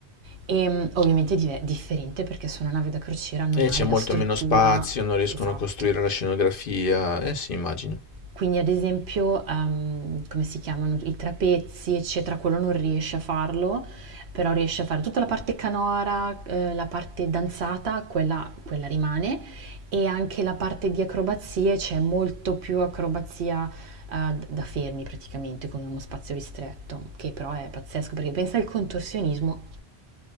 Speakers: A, on the right (about 75°); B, on the left (about 60°).
A: E mm, ovviamente è differente perché su una nave da crociera non
B: E c'è
A: hai
B: molto
A: la struttura
B: meno spazio, non riescono
A: esatta.
B: a costruire la scenografia, eh sì, immagino.
A: Quindi ad esempio, ehm, come si chiamano, i trapezzi, eccetera, quello non riesce a farlo, però riesce a fare tutta la parte canora, eh, la parte danzata, quella, quella rimane, e anche la parte di acrobazie, c'è molto più acrobazia eh, da fermi praticamente, con uno spazio ristretto, che però è pazzesco, perché pensa al contorsionismo.